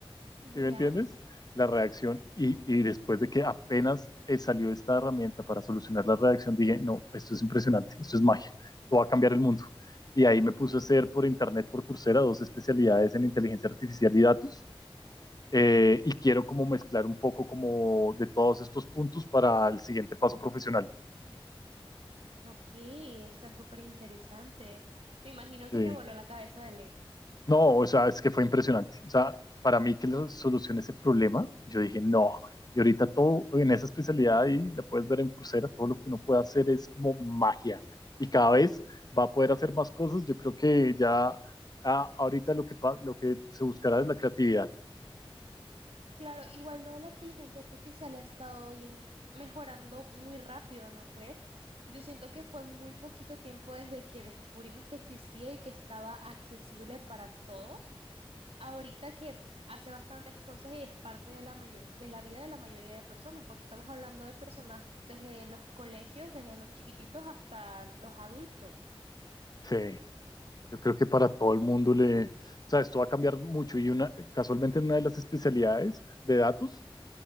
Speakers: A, on the right (about 80°); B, on the left (about 40°).
A: ¿Ya?
B: ¿sí me entiendes? La redacción y, y después de que apenas eh, salió esta herramienta para solucionar la redacción, dije, no, esto es impresionante, esto es magia, esto va a cambiar el mundo. Y ahí me puse
A: <laughs>
B: a hacer por internet, por Coursera, dos especialidades en inteligencia artificial y datos eh, y quiero como mezclar un poco como de todos estos puntos para el siguiente paso profesional.
A: Ok, está súper interesante. Me imagino
B: Sí.
A: que te voló la cabeza de ley.
B: No, o sea, es que fue impresionante. O sea, para mí que le solucione ese problema, yo dije, no. Y ahorita todo en esa especialidad y la puedes ver en Coursera, todo lo que uno puede hacer es como magia. Y cada vez va a poder hacer más cosas. Yo creo que ya ah, ahorita lo que, lo que se buscará es la creatividad.
A: Claro, igual lo de la inteligencia artificial ha estado yen- mejorando muy rápido, ¿no crees? Yo siento que fue muy poquito tiempo desde que descubrimos que existía y que estaba accesible para todos. Ahorita que hace bastantes cosas y es parte de la mayo- de la vida de la mayoría de personas, porque estamos hablando de personas desde los colegios, desde los chiquititos hasta los adultos.
B: Sí. Yo creo que para todo el mundo le, o sea, esto va a cambiar mucho y una, casualmente en una de las especialidades de datos